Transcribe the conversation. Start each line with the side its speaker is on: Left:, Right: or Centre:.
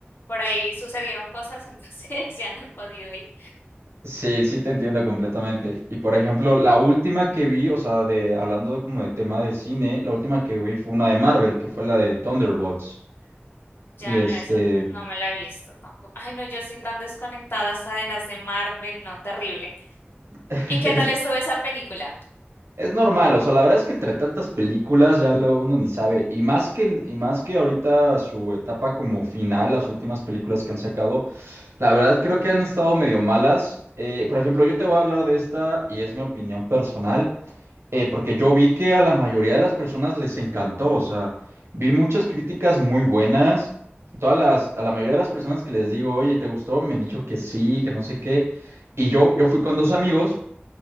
Left: por ahí sucedieron cosas, entonces <laughs> ya no he podido ir.
Right: Sí, sí, te entiendo completamente. Y por ejemplo, la última que vi, o sea, de, hablando de como de tema de cine, la última que vi fue una de Marvel, que fue la de Thunderbolts.
Left: Ya
Right: Y este,
Left: no, esa no me la he visto tampoco. Ay, no, yo soy tan desconectada hasta de las de Marvel, no, terrible.
Right: <laughs>
Left: ¿Y qué tal estuvo esa película?
Right: es normal, o sea, la verdad es que entre tantas películas ya lo uno ni sabe. Y más que, y más que ahorita su etapa como final, las últimas películas que han sacado, la verdad creo que han estado medio malas. Eh, por ejemplo, yo te voy a hablar de esta y es mi opinión personal. Eh, porque yo vi que a la mayoría de las personas les encantó, o sea, vi muchas críticas muy buenas. Todas las, a la mayoría de las personas que les digo, oye, ¿te gustó? Me han dicho que sí, que no sé qué. Y yo, yo fui con dos amigos